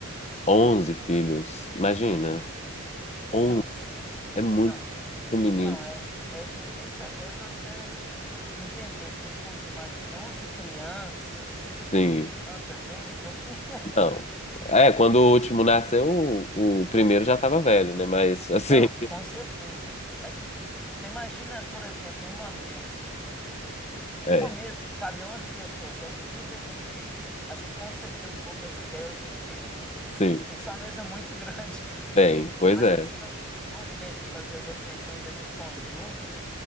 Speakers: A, on the left; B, in the centre.
A: 11 filhos. Imagina. On
B: Nos.
A: é muito
B: Não,
A: menino.
B: não, é, é difícil até de você entender assim, putz, imagina 11 crianças.
A: Sim.
B: Nossa, é bem, bem. <laughs>
A: Não. É, quando o último nasceu, o, o primeiro já estava velho, né? Mas <laughs> assim,
B: Não, com certeza. Mas você imagina, por exemplo, uma mesa.
A: é,
B: Uma mesa que cabe 11 pessoas. Já é difícil da gente, acho que conceber um pouco essa ideia hoje em dia, né?
A: sim,
B: Tem que ser uma mesa muito grande. <laughs>
A: tem, pois
B: Ainda mais
A: é,
B: que eles tinham costume, né, de fazer as refeições ali em conjunto.